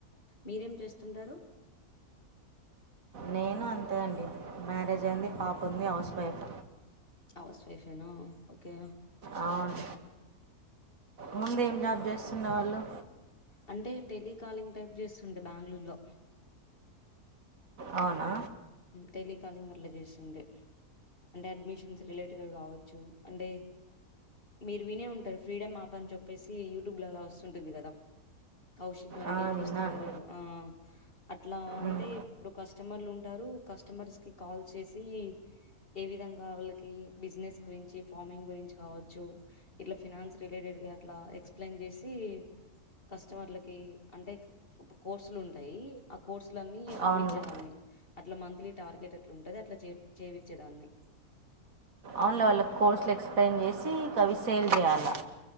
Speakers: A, on the left (about 35°); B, on the right (about 60°).
A: మీరేం చేస్తుంటారు
B: నేనా మ్యారేజ్ అయింది పాప ఉంది హౌస్ వైఫ్
A: హౌస్ వైఫ ఏనా ఓకే
B: అవున్ ముందు ఏం జాబ్ చేస్తున్ననే వాళ్ళు
A: అంటే టెలికాలింగ్ టైప్ చేస్తుండే బెంగళూరు లో
B: అవునా
A: టెలికాలింగ్ అట్లా చేస్తుంటే అడ్మిషన్స్ రిలేటెడ్ గా కావచ్చు అంటే మీరు వినే ఉంటారు ఫ్రీడమ్ యాప్ అని చెప్పేసి యూట్యూబ్ లో అలా వస్తుంటుంది కదా కౌశిక్ మరడి
B: ఆ,
A: చూస్తుంటారు
B: విన్నాను
A: ఆ అట్లా
B: ఉమ్,
A: అంటే ఇప్పుడు కస్టమర్లు ఉంటారు కస్టమర్స్ కి కాల్ చేసి ఏ విధంగా వాళ్లకి బిజినెస్ గురించి ఫార్మింగ్ గురించి కావచ్చు ఇట్లా ఫినన్స్ రిలేటెడ్ ఇగ అట్లా ఎక్స్ప్లెయిన్ చేసి కస్టమర్లకి అంటే కోర్సులు ఉంటాయి ఆ కోర్సు లన్నీ అమ్మచ్చేదాన్ని
B: అవునులే
A: అట్లా మంత్లీ టార్గెట్ అట్లా ఉంటుది అట్లా చే చేపీచ్చేదాన్ని
B: అన్లో వాళ్ళ కోర్సులు ఎక్స్ప్లెయిన్ చేసి ఇక అవి సేల్ చేయాలి